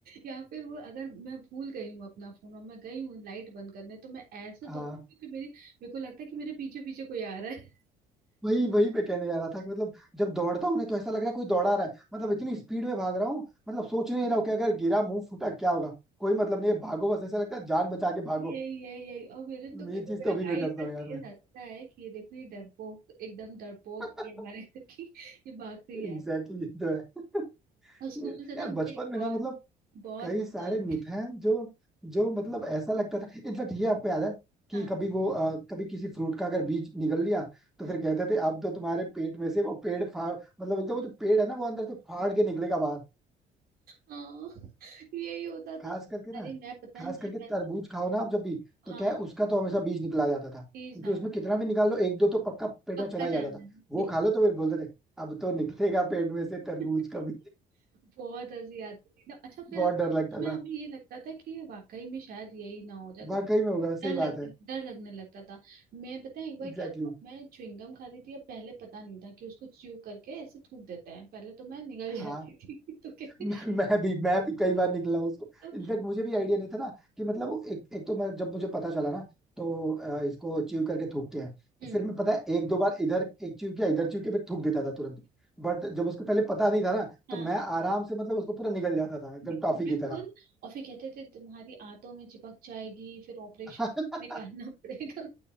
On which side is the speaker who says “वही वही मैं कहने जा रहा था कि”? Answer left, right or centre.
Centre